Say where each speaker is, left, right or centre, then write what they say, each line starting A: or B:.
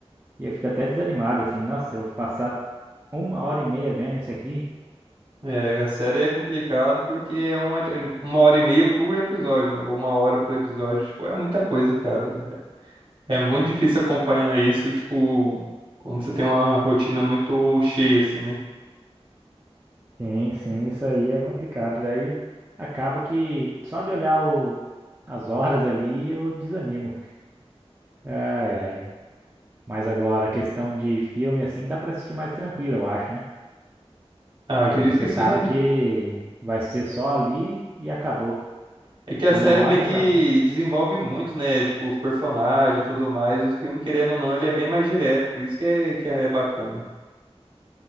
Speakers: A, on the right; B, on the right.
A: E eu fico até desanimado, assim, nossa, eu vou passar uma hora e meia vendo isso aqui.
B: É, a série é complicado porque é uma, uma hora e meia por episódio, ou uma hora por episódio, tipo, é muita coisa, cara. É muito difícil acompanhar isso, tipo, quando você tem uma rotina muito cheia, assim, né?
A: Sim, sim, isso aí é complicado. Daí Acaba que só de olhar o- as horas ali eu desanimo. Ai, ai. Mas agora, questão de filme, assim, dá pra assistir mais tranquilo, eu acho, né?
B: Ah,
A: Porque
B: acredito
A: você
B: que sim,
A: sabe
B: né?
A: que vai ser só ali e acabou.
B: É que
A: Tipo,
B: a série
A: uma hora
B: meio
A: e
B: que
A: acabou.
B: desenvolve muito, né? Tipo, os personagens e tudo mais. O filme, querendo ou não, ele é bem mais direto, por isso que é, que é bacana.